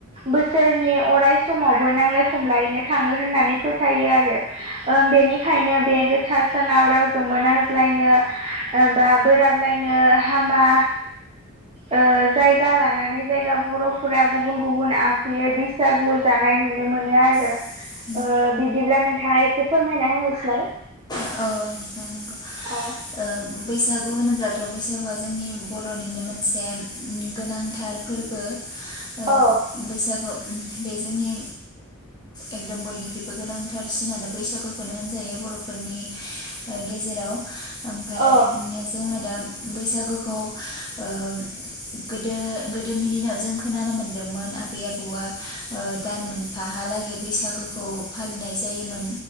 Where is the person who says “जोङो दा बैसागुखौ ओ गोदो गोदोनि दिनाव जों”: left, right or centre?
Left